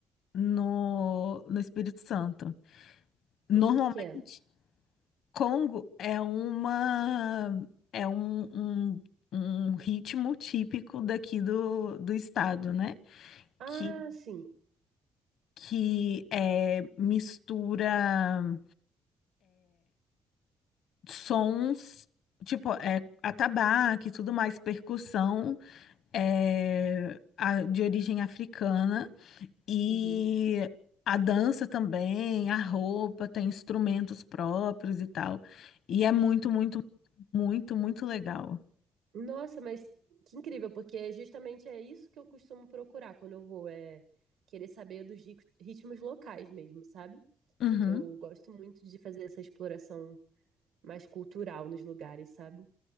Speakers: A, on the left (about 75°); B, on the right (about 80°).
A: no no Espírito Santo. Normalmente
B: De que que é?
A: Congo é uma é um, um, um ritmo típico daqui do, do estado, né?
B: Ah,
A: Que,
B: sim.
A: que é, mistura sons, tipo, é, atabaque e tudo mais, percussão é, a- de origem africana e
B: Uhum.
A: a dança também, a roupa, tem instrumentos próprios e tal. E é muito, muito, muito, muito legal.
B: Nossa, mas que incrível, porque é justamente é isso que eu costumo procurar quando eu vou, é querer saber dos ri- ritmos locais mesmo, sabe?
A: Uhum.
B: Que eu gosto muito de fazer essa exploração mais cultural nos lugares, sabe?